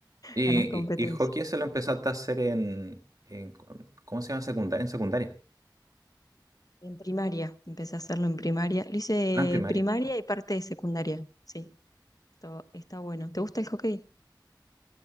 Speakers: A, on the right; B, on the left.
A: Y,
B: a las competencias.
A: y, y hockey se lo empezaste a hacer en, en- ¿cómo se llama? Secundaria, en secundaria.
B: En primaria, empecé a hacerlo en primaria. Lo hice
A: Ah, en primaria.
B: primaria y parte de secundaria. Sí, esto está bueno. ¿Te gusta el hockey?